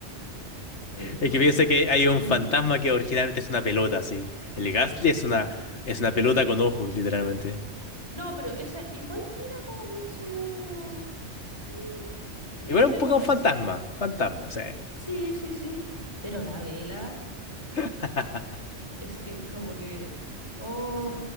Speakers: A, on the left; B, on the left.
A: Eh, bu-
B: Es que piensa que hay un
A: ¿Mm?
B: fantasma que originalmente es una pelota, sí. El Gastly es una, es una pelota con ojos, literalmente.
A: No, pero esa igual tira como que su... Mm, me,
B: Igual es
A: me
B: un Pokémon
A: convencé.
B: fantasma, fantasma, sí.
A: Sí, sí, sí. Pero la vela
B: <laughs>
A: es que es como que... Oh,